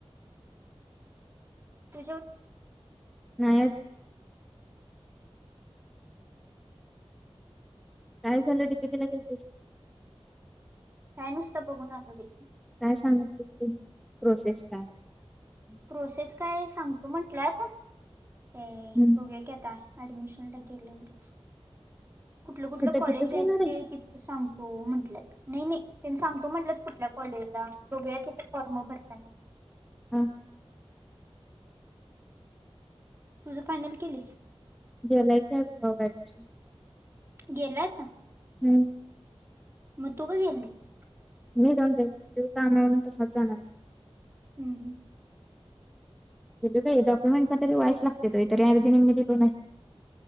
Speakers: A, on the right; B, in the centre.
A: तू जेवलीस
B: नाहीच. काय झालं डिकेटीला गेलतीसं?
A: नुस्त ब गुण आलो बाई.
B: का सांगितलि कि नाही प्रोसेस काय?
A: प्रोसेस काय सांगतो म्हटल्यात ते
B: हम्म.
A: बघया की आता. ॲडमिशनला गेल्यावरचं. कुठलं कुठलं
B: कुठं
A: कॉलेज
B: तिथंच
A: घ्यायचं
B: येणार आहेस
A: ते कितं सांगतो म्हंटल्यात. नाही नाही. त्यांनी सांगतो म्हटल्यात कुठल्या कॉलेजला बघू्या तिथे फॉर्म भरताना.
B: हां.
A: तुझं फायनल केलीस.
B: गेलाय आज भाऊ ॲडमिशन
A: गेल्यात
B: हम्म
A: म तू का गेली नाहीस?
B: मी. जाऊन काय करू? तो आमावरन तसाचं जाणार हाय.
A: हम्म, हम्म.
B: दिलो बाई डॉक्युमेंट कातरी व्हायच लागतय. तरी आर्धी निम्मी दिलो नाही.